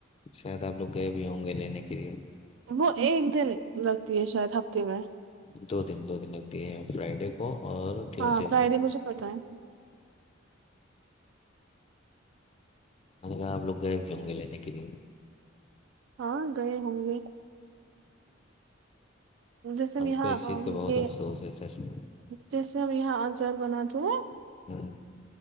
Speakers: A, on the left; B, on the right.
A: شاید آپ لوگ گئے بھی ہوں گے لینے کے لیے
B: وہ ایک دن لگتی ہے شاید ہفتے میں
A: دو دن دو دن لگتی ہے فرائیڈے کو اور ٹیوزڈے
B: ہاں فرائیڈے
A: کو
B: مجھے پتا ہےی
A: میں نے کہا آ لوگ گئے بھی ہوں گے لینے کے لیے
B: ہاں گئے ہوں گے جیسے ہم یہاں
A: کو اس چیز کا بہت
B: یہ
A: افسوس ہے سچ میں
B: جیسے ہم یہاں انچار بناتے ہیں
A: ہوں